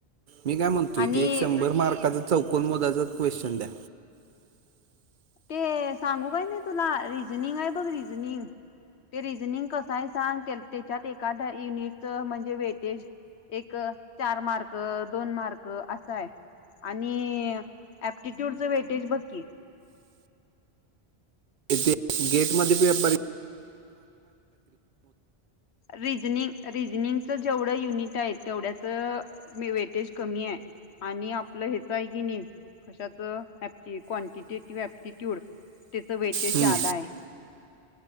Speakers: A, on the right (about 50°); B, on the left (about 80°).
A: मी काय म्हणतोय
B: आणि
A: त एक शंभर मार्काचा चौकन मोदाच क्वेश्चन द्या.
B: ते सांगू काय मी तुला रिझनिंग आहे बघ रिझनिंग. ते रिजनिंग कस आहे सांग त्याच्यात एखादा युनिटच म्हणजे वेटेज. एक चार मार्क दोन मार्क असा आहे. आणि प्टिट्यूडच वेटेज बक्की.
A: ते गेट मध्ये पी व्यापारी.
B: रेंजनिग जेवढ युनिट आहे तेव्याच वेटेज कमी. आणि आपलं हेच आहे की नाही. कशाच क्ांटिटीटि प्टिट्यूड त्याच वेटेज
A: हम्म
B: जादा आहे.